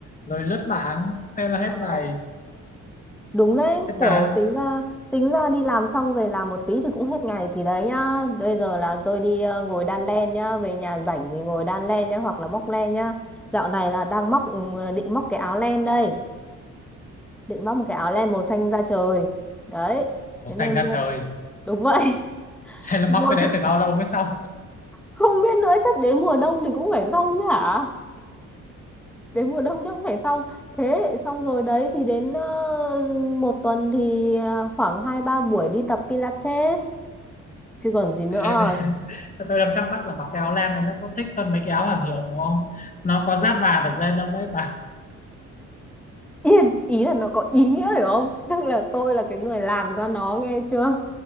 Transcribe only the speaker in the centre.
Ờ,
đúng đấy,
kiểu
tính ra tính ra đi làm xong về làm một tí thì cũng hết ngày thì đấy nhá. Bây giờ là tôi đi ờ, ngồi đan len nhá, về nhà rảnh thì ngồi đan len nhá hoặc là móc len nhá. Dạo này là đang móc ừ, định móc cái áo len đây, định móc một cái áo len
màu xanh da trời. Đấy,
thế nên
mua
đúng vậy. <laughs>
Mua
không biết nữa chắc đến mùa đông thì cũng phải xong chứ hả? đến mùa đông chắc cũng phải xong thế xong rồi đấy thì đến ờ, một tuần thì ờ, khoảng hai ba buổi đi tập Pilates chứ còn gì nữa
yên ý là nó có ý nghĩa hiểu không tức là tôi là cái người làm ra nó nghe chưa